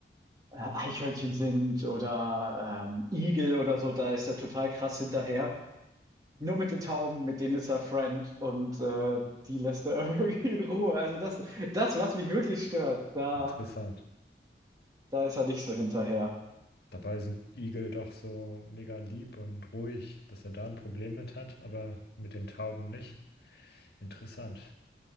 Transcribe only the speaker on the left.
Interessant.
Dabei sind Igel doch so mega lieb und ruhig, dass er da ein Problem mit hat, aber mit den Tauben nicht. Interessant.